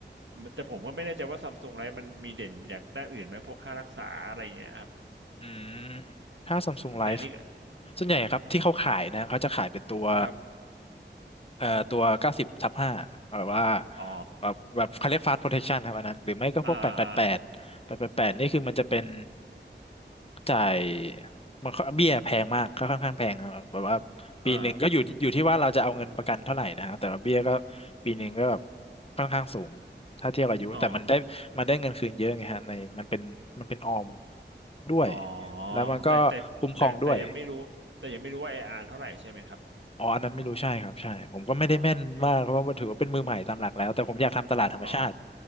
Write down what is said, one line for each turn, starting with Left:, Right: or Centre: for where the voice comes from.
Right: แต่ผมก็ไม่แน่ใจว่าซัมซุงไลฟ์มันมีเด่นอย่างด้านอื่นไหมพวกค่ารักษาอะไรอย่างเงี้ยครับ
Left: อืมถ้า Samsung
Right: แต่นี่ก็
Left: Live ส่วนใหญ่ครับที่เขาขายนะเขาจะขายเป็นตัว
Right: ครับ
Left: เอ่อตัวเก้าสิบทับห้าแบบว่า
Right: อ๋อ
Left: แบบแบบเขาเรียกฟ a ส t p โปรเท t ชันครับอันนั้นหรือไม่ก็พวกแปดแปดแปดแปดแปดแปดนี่คือมันจะเป็น
Right: อ่าอ่าอ่า
Left: จ่ายมันเบี้ยแพงมากก็ค่อนข้างแพงนะครับแบบว่าปีหนึ่งก็อยู่ที่อยู่ที่ว่าเราจะเอาเงินประกันเท่าไหร่นะครับแต่ว่าเบี้ยก็
Right: อ่า
Left: ปีหนึ่งก็แบบค่อนข้างสูงถ้าเทียบอายุแต่มันได้มันได้เงินคืนเยอะไงฮะในมันเป็นมันเป็นออม
Right: อ๋อ
Left: ด้วย
Right: อ๋อ
Left: แล้วมันก็คุ้มครองด้วย
Right: แต่แต่แต่แต่ยังไม่รู้แต่ยังไม่รู้ว่า AR เท่าไหร่ใช่ไหมครับ
Left: อ๋ออันนั้นไม่รู้ใช่ครับใช่ผมก็ไม่ได้แม่นมากเพราะว่าถือว่าเป็นมือใหม่ตามหลักแล้ว
Right: อ๋อ
Left: แต่ผมอยากทำตลาดธรรมชาติ
Right: อ๋อ